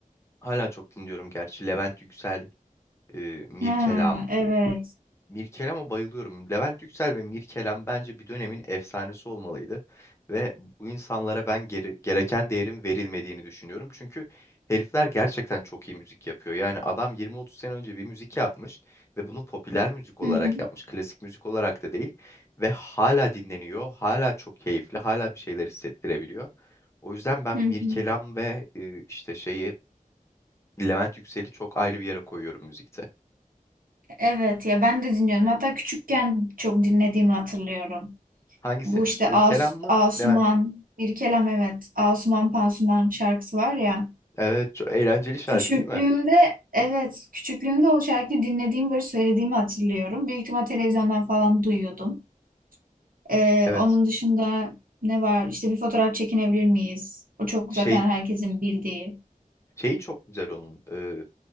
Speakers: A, on the left; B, on the right.
A: Hala çok dinliyorum gerçi. Levent Yüksel, e, Mirkelam.
B: Ha, evet.
A: Mirkelam'a bayılıyorum. Levent Yüksel ve Mirkelam bence bir dönemin efsanesi olmalıydı. Ve bu insanlara ben geri- gereken değerin verilmediğini düşünüyorum. Çünkü herifler gerçekten çok iyi müzik yapıyor. Yani adam 20-30 sene önce bir müzik yapmış ve bunu popüler müzik olarak
B: Hı hı.
A: yapmış. Klasik müzik olarak da değil. Ve hala dinleniyor, hala çok keyifli, hala bir şeyler hissettirebiliyor. O yüzden ben
B: Hı
A: Mirkelam
B: hı.
A: ve e, işte şeyi Levent Yüksel'i çok ayrı bir yere koyuyorum müzikte.
B: Evet ya ben de dinliyorum. Hatta küçükken çok dinlediğimi hatırlıyorum.
A: Hangisini?
B: Bu işte
A: Mirkelam
B: As
A: mı,
B: Asuman,
A: Levent
B: İrkelem evet. Asuman Pansuman şarkısı var ya.
A: Evet, çok eğlenceli şarkı
B: Küçüklüğümde
A: değil mi?
B: evet küçüklüğümde o şarkıyı dinlediğim böyle söylediğimi hatırlıyorum. Büyük ihtimal televizyondan falan duyuyordum. Ee,
A: Evet.
B: onun dışında ne var? İşte bir fotoğraf çekinebilir miyiz? O çok
A: Şey
B: zaten herkesin bildiği.
A: şeyi çok güzel onun. Ee,